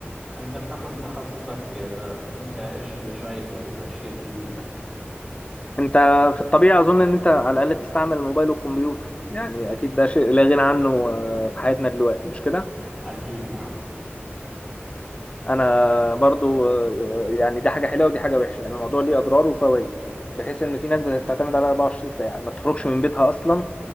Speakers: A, in the centre; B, on the left.
A: أنت بحكم تخصصك آه، أنت إيش اللي شايف الأشياء الجديدة؟
B: انت في الطبيعه اظن ان انت على الاقل بتستعمل الموبايل والكمبيوتر يعني اكيد ده شيء لا غنى عنه آه، في حياتنا دلوقتي مش كده
A: أكيد نعم
B: انا برضو آه، يعني دي حاجه حلوه ودي حاجه وحشه يعني الموضوع ليه اضرار وفوائد بحيث ان في ناس بتعتمد على 24 ساعه يعني ما بتخرجش من بيتها اصلا